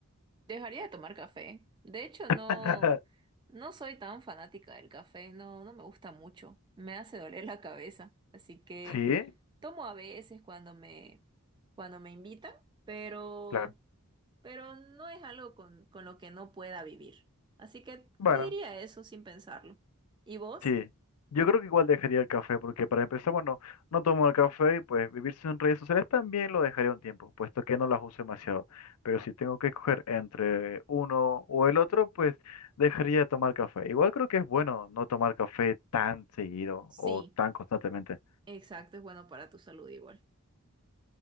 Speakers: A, on the right (about 20°); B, on the left (about 85°).
A: Dejaría de tomar café. De hecho, no,
B: <laughs>
A: no soy tan fanática del café, no, no me gusta mucho. Me hace doler la cabeza. Así que
B: Sí,
A: tomo a veces cuando me, cuando me invitan, pero.
B: claro.
A: pero no es algo con, con lo que no pueda vivir. Así que
B: Bueno.
A: te diría eso sin pensarlo. ¿Y vos?
B: Sí, yo creo que igual dejaría el café, porque para empezar, bueno, no tomo el café y pues vivir sin redes sociales también lo dejaría un tiempo, puesto que no las uso demasiado. Pero si tengo que escoger entre uno o el otro, pues dejaría de tomar café. Igual creo que es bueno no tomar café tan seguido
A: Sí,
B: o tan constantemente.
A: exacto, es bueno para tu salud igual.